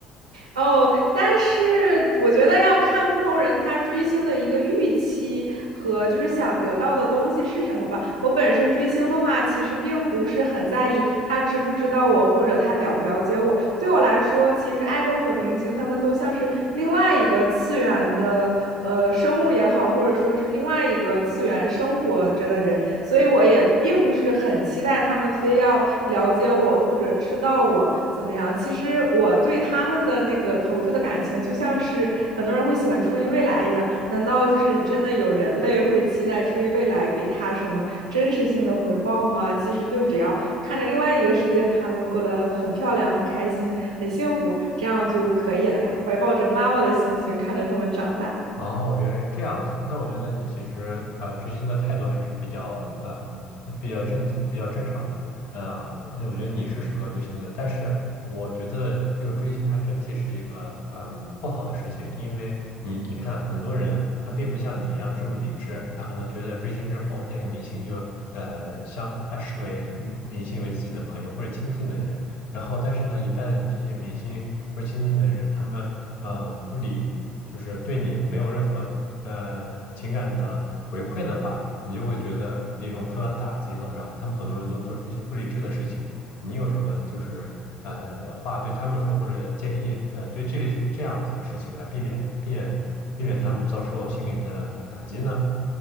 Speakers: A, on the right; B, on the left.
A: 哦，但是我觉得要看不同人他追星的一个预期和就是想得到的东西是什么吧。我本身追星的话，其实并不是很在意他知不知道我或者他了不了解我。对我来说，其实爱豆和明星他们都像是另外一个次元的呃生物也好，或者说是另外一个次元生活着的人，所以我也并不是很期待他们非要了解我或者知道我怎么样。其实我对他们的那个投注的感情，就像是很多人会喜欢初音未来一样，难道就是真的有人类会期待初音未来给他什么真实性的回报吗？其实就只要看着另外一个世界，他们过得很漂亮、很开心、很幸福，这样就可以了呀。怀抱着妈妈的心情看着他们长大。
B: 哦，原来是这样子。那我觉得你其实呃追星的态度还是比较嗯、比较正经比较正常的。呃，我觉得你是适合追星的，但是我觉得这个追星它整体是一个嗯不好的事情，因为你你看很多人他并不像你一样这么理智，他可能觉得追星之后那个明星就呃像他视为嗯明星为自己的朋友或者亲近的人，然后但是呢，一旦这些明星或者亲近的人他们呃不理。就是对你没有任何呃情感的回馈的话，你就会觉得一种受到打击了。然后他们很多人都做出一些不理智的事情。你有什么就是呃话对他们说或者建议呃对这类型这样子的事情来避免避免避免他们遭受心灵的打击呢？